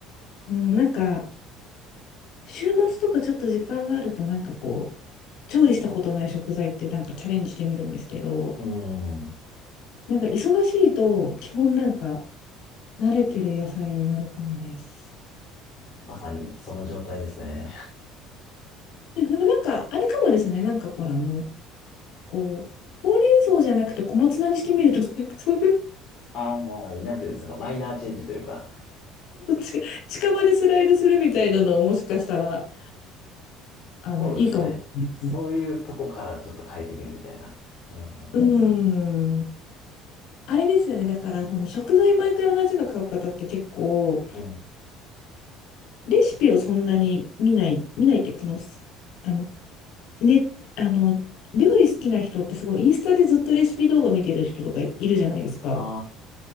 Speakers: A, on the left (about 55°); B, on the left (about 40°).
A: うん、なんか、週末とかちょっと時間があるとなんかこう、調理したことない食材ってなんかチャレンジしてみるんですけど、
B: うん。
A: なんか忙しいと、基本なんか慣れてる野菜になるかもです。
B: まさにその状態ですね。
A: いや、でもなんか、あれかもですね。なんかほら、あの、こう、ほうれん草じゃなくて小松菜にしてみるとなんか <laughs> そういう、
B: ああ、なんていうんですか、マイナーチェンジというか、
A: ち近場でスライドするみたいなのをもしかしたら、あの、
B: そうですね。
A: いいかもですね。
B: そういうとこからちょっと変えてみるみたいな。うん、う
A: うん。あれですよね。だから、その食材毎回同じの買う方って結構、
B: ん。うん。
A: レシピをそんなに見ない、見ないっていうか、その、あの、ね、あの、料理好きな人ってすごいインスタでずっとレシピ動画見てる人とかいるじゃないですか。
B: あ